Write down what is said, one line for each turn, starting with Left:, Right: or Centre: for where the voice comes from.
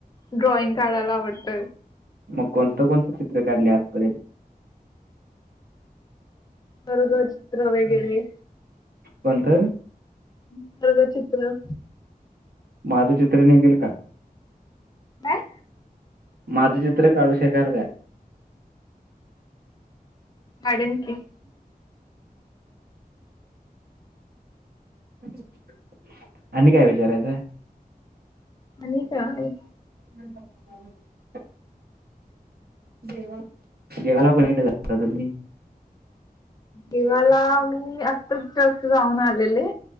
Left: ड्रॉइंग काढायला आवडत.
Right: मग कोणतं कोणतं चित्र काढले आजपर्यंत.
Left: खरगच चित्र वगैरे,
Right: कोणत?
Left: निसर्ग चित्र.
Right: माझं चित्र निघेल का?
Left: काय?
Right: माझं चित्र काढू शकार का?
Left: हाडे न की.
Right: <unintelligible> आणि काय विचारायचं.
Left: आणि काय?
Right: ह ह <unintelligible> देवा देवाला कोणीट जात तुम्ही. <unintelligible>
Left: देवाला वू मी आत्ताच जास्ट जाऊन आलेले.